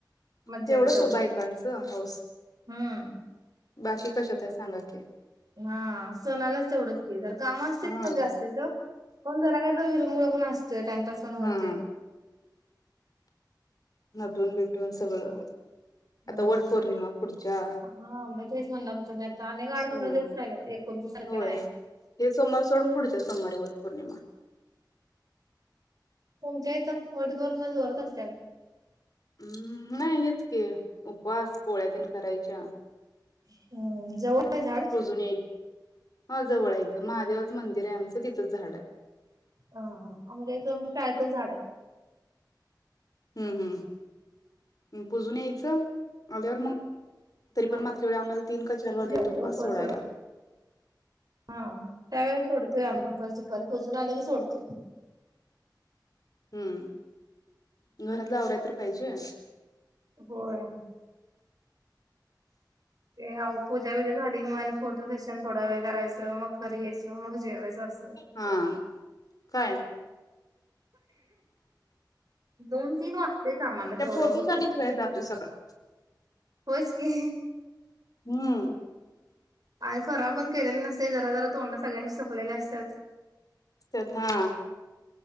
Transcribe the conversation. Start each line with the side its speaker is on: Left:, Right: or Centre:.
Right: मज्जा
Left: तेवढंच
Right: येते तेवढ्यात.
Left: हो बायकांचं हाऊस.
Right: हम्म
Left: बाकी कशात आहे सांगाय ओके.
Right: हा. सणालाच तेवढंच ते जर काम असतेत
Left: हा
Right: ना जास्तीच कोण जरा काय तर विरंगळ पण अस सये टाइमपास पण होते.
Left: हा टून भेटून सगळं आता
Right: हम्म
Left: वट पौर्णिमा पुढच्या
Right: हा मग तेच म्हणणार होतो मी आता आणि आठ
Left: सोमार
Right: पंधरा दिवस राहिलेत एकोणतीस तारखेला
Left: होय
Right: आहे.
Left: हे सोमवार सोडून पुढच्या सोमवारी वट पौर्णिमा.
Right: तुमच्या इथ वटगर मल होरत असत्याल.
Left: हम्म नाही हेच की उपवास पोळ्यातील करायच्या.
Right: ह जवळ आहे झाड?
Left: पुजून हा जवळ इथं महादेवाचं मंदिर आहे आमचं तिथंच झाड आहे.
Right: हा हा आंब्याच म शाळेतच झाड आहे.
Left: हम्म हम्म् पुजून यायचं आल्यावर मग तरी
Right: हा
Left: पण मागच्या वेळी आम्हाला तीन का चार वाजले
Right: जी
Left: होते
Right: आहे
Left: उपवास
Right: उपास
Left: सोडायला
Right: सोडाय हा त्यावेळेस सोडतोय आमी उपास दुपारी पुजून आलीस चोडते
Left: हम्म. घरातला आवरा तर पाहिजे.
Right: होय ते अहो पूजा बिजा झाली का मला फोटो सेशन थोडा वेळ करायचं मग घरी यायच. मग जेवच अं असल.
Left: हा काय?
Right: दोन, तीन वाजतेच आम्हाला
Left: त्या
Right: तेवढं
Left: फोटो
Right: होते.
Left: साठीच वेळ जातोय सगळा.
Right: होच की.
Left: हम्म
Right: आणि फराळ पण केलेला नसलं जरा जरा तोंड सगळ्यांशी. खलेलं असतं.
Left: त्या हा.